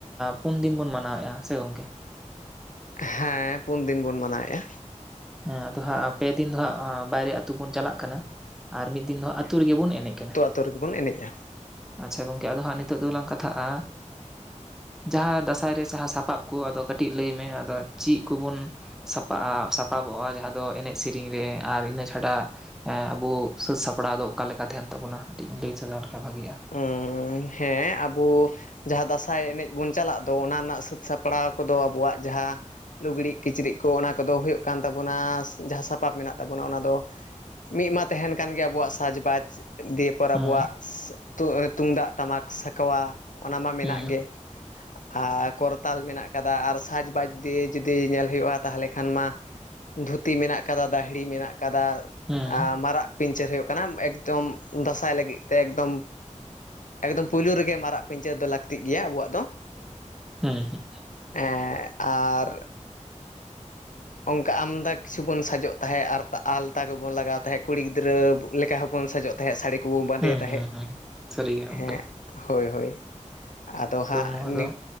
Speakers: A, in the centre; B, on the left.
A: ᱯᱩᱱ ᱫᱤᱱ ᱵᱚᱱ ᱢᱟᱱᱟᱣᱮᱫᱼᱟ ᱥᱮ ᱜᱚᱝᱠᱮ
B: ᱦᱮᱸ ᱯᱩᱱᱫᱤᱱ ᱵᱚᱱ ᱢᱟᱱᱟᱣᱮᱫᱼᱟ
A: ᱦᱮᱸ ᱟᱫᱚ ᱦᱟᱸᱜ ᱯᱮ ᱫᱤᱱ ᱫᱚ ᱦᱟᱸᱜ ᱵᱟᱭᱨᱮ ᱟᱛᱩ ᱵᱚᱱ ᱪᱟᱞᱟᱜ ᱠᱟᱱᱟ ᱟᱨ ᱢᱤᱫ ᱫᱤᱱ ᱫᱚ ᱟᱛᱳ ᱨᱮᱜᱮ ᱵᱚᱱ ᱮᱱᱮᱡ ᱠᱟᱱᱟ᱾
B: ᱡᱚᱛᱚ ᱨᱮᱜᱮᱵᱚᱱ ᱮᱱᱮᱡᱼᱟ᱾
A: ᱟᱪᱪᱷᱟ ᱜᱚᱝᱠᱮ ᱟᱫᱚ ᱦᱟᱸᱜ ᱱᱤᱛᱚᱜ ᱫᱚᱞᱟᱝ ᱠᱟᱛᱷᱟᱜᱼᱟ ᱡᱟᱦᱟᱸ ᱫᱟᱸᱥᱟᱭ ᱨᱮ ᱡᱟᱦᱟᱸ ᱥᱟᱯᱟᱵ ᱠᱚ ᱟᱫᱚ ᱠᱟᱹᱴᱤᱡ ᱞᱟᱹᱭ ᱢᱮ ᱟᱫᱚ ᱪᱮᱫ ᱠᱚᱵᱚᱱ ᱥᱟᱯᱟᱜᱼᱟ ᱥᱟᱯᱟᱵᱚᱜᱼᱟ ᱡᱟᱦᱟᱸ ᱫᱚ ᱮᱱᱮᱡ ᱥᱮᱨᱮᱧ ᱨᱮ ᱟᱨ ᱤᱱᱟᱹ ᱪᱷᱟᱰᱟ ᱟᱵᱚ ᱥᱟᱹᱛ ᱥᱟᱯᱲᱟᱣ ᱫᱚ ᱚᱠᱟᱞᱮ ᱞᱮᱠᱟ ᱛᱟᱦᱮᱱ ᱛᱟᱵᱚᱱᱟ ᱠᱟᱹᱴᱤᱡ ᱤᱧ ᱞᱟᱹᱭ ᱥᱚᱫᱚᱨ ᱞᱮᱠᱷᱟᱡ ᱵᱷᱟᱹᱜᱤᱜᱼᱟ
B: <unintelligible> ᱦᱮᱸ ᱟᱵᱚ ᱡᱟᱦᱟᱸ ᱫᱟᱸᱥᱟᱭ ᱮᱱᱮᱡ ᱵᱚᱱ ᱪᱟᱞᱟᱜ ᱫᱚ ᱚᱱᱟ ᱨᱮᱱᱟᱜ ᱥᱟᱹᱛ ᱥᱟᱯᱲᱟᱣ ᱠᱚᱫᱚ ᱟᱵᱚᱣᱟᱜ ᱡᱟᱦᱟᱸ ᱞᱩᱜᱽᱲᱤᱡ ᱠᱤᱪᱨᱤᱡ ᱠᱚ ᱚᱱᱟ ᱠᱚᱫᱚ ᱦᱩᱭᱩᱜ ᱠᱟᱱ ᱛᱟᱵᱚᱱᱟ ᱡᱟᱦᱟᱸ ᱥᱟᱯᱟᱯ ᱢᱮᱱᱟᱜ ᱛᱟᱵᱚᱱᱟ ᱚᱱᱟᱫᱚ ᱢᱤᱫ ᱢᱟ ᱛᱟᱦᱮᱱ ᱠᱟᱱ ᱜᱮᱭᱟ ᱟᱵᱚᱣᱟᱜ ᱥᱟᱡᱽᱵᱟᱡ ᱫᱤᱯ ᱛᱟᱨᱯᱚᱨ
A: ᱦᱩᱸ
B: ᱟᱵᱚᱣᱟᱜ ᱛᱩᱢᱫᱟᱜ ᱴᱟᱢᱟᱠ ᱥᱟᱠᱣᱟ ᱚᱱᱟ ᱢᱟ ᱢᱮᱱᱟᱜ
A: ᱦᱩᱸ
B: ᱜᱮ
A: <inaudible>
B: ᱟᱨ ᱠᱚᱨᱛᱟᱞ ᱢᱮᱱᱟᱜ ᱠᱟᱫᱟ ᱟᱨ ᱥᱟᱡᱽᱼᱵᱟᱡᱽ ᱫᱤᱭᱮ ᱡᱩᱫᱤ ᱧᱮᱞ ᱦᱩᱭᱩᱜᱼᱟ ᱛᱟᱦᱚᱞᱮ ᱠᱷᱟᱱ ᱢᱟ ᱫᱷᱩᱛᱤ ᱢᱮᱱᱟᱜ ᱟᱠᱟᱫᱟ ᱫᱟᱹᱦᱲᱤ ᱢᱮᱱᱟᱜ ᱟᱠᱟᱫᱟ
A: ᱦᱩᱸ
B: ᱢᱟᱨᱟᱜ ᱯᱤᱧᱪᱟᱹᱨ ᱦᱩᱭᱩᱜ ᱠᱟᱱᱟ ᱮᱠᱫᱚᱢ ᱫᱟᱸᱥᱟᱭ ᱞᱟᱹᱜᱤᱫ ᱛᱮ ᱮᱠᱫᱚᱢ ᱮᱠᱫᱚᱢ ᱯᱩᱭᱞᱳ ᱨᱮᱜᱮ ᱢᱟᱨᱟᱜ ᱯᱤᱧᱪᱟᱹᱨ ᱫᱚ ᱞᱟᱹᱠᱛᱤᱜ ᱜᱮᱭᱟ ᱟᱵᱚᱣᱟᱜ ᱫᱚ
A: ᱦᱮᱸ ᱦᱮᱸ
B: ᱮᱸ ᱟᱨ ᱚᱱᱠᱟ ᱟᱢᱫᱟ ᱠᱤᱪᱷᱩ ᱵᱚᱱ ᱥᱟᱡᱚᱜ ᱛᱟᱦᱮᱸᱜ ᱟᱨ ᱟᱞᱛᱟ ᱠᱚᱵᱚᱱ ᱞᱟᱜᱟᱣ ᱛᱟᱦᱮᱸᱜ ᱠᱩᱲᱤ ᱜᱤᱫᱽᱨᱟᱹ ᱞᱮᱠᱟ ᱦᱚᱸᱵᱚᱱ ᱥᱟᱡᱚᱜ ᱛᱟᱦᱮᱸᱫ ᱥᱟᱹᱲᱤ ᱠᱚᱵᱚ ᱵᱟᱸᱫᱮᱭ
A: ᱦᱩᱸ
B: ᱛᱟᱦᱮᱸᱫ
A: ᱦᱩᱸ ᱥᱟᱹᱨᱤᱜᱮ ᱜᱚᱝᱠᱮ
B: ᱦᱮᱸ ᱦᱳᱭ ᱦᱳᱭ ᱟᱫᱚ ᱦᱟᱸᱜ
A: ᱱᱚᱣᱟ ᱫᱚ
B: ᱱᱤ